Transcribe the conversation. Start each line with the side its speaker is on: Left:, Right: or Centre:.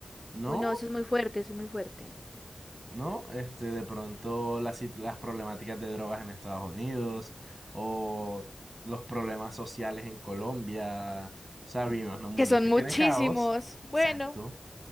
Right: No,
Left: Uy, no, eso es muy fuerte, eso es muy fuerte.
Right: ¿no? Este, de pronto las, sit- las problemáticas de drogas en Estados Unidos o los problemas sociales en Colombia. O sea, vivimos en un mundo
Left: Que son
Right: que
Left: muchísimos.
Right: tiene caos.
Left: Bueno,
Right: Exacto.